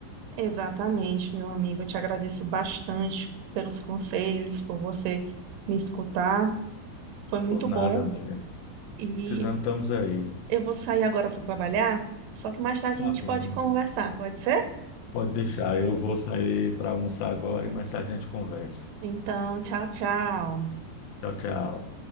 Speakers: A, on the right; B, on the left.
A: Exatamente, meu amigo. Eu te agradeço bastante pelos conselhos, por você me escutar. Foi muito
B: Por nada,
A: bom.
B: amiga.
A: E
B: Precisando, estamos aí.
A: eu vou sair agora para trabalhar, só que mais tarde
B: Tá
A: a gente
B: bem.
A: pode conversar, pode ser?
B: Pode deixar. Eu vou sair para almoçar agora e mais tarde a gente conversa.
A: Então, tchau, tchau.
B: Tchau, tchau.